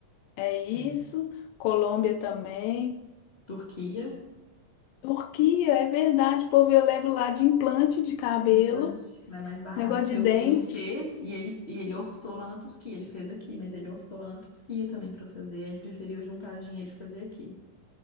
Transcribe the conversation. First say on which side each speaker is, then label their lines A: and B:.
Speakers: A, on the left; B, on the left.
A: É isso,
B: É. É.
A: Colômbia também.
B: Turquia,
A: Turquia, é verdade, povo, eu levo lá de implante de cabelo,
B: implante, né, mais barato.
A: negócio
B: Meu
A: de dente.
B: primo fez e ele, e ele orçou lá na Turquia. Ele fez aqui, mas ele orçou lá na Turquia também para fazer. Ele preferiu juntar dinheiro e fazer aqui,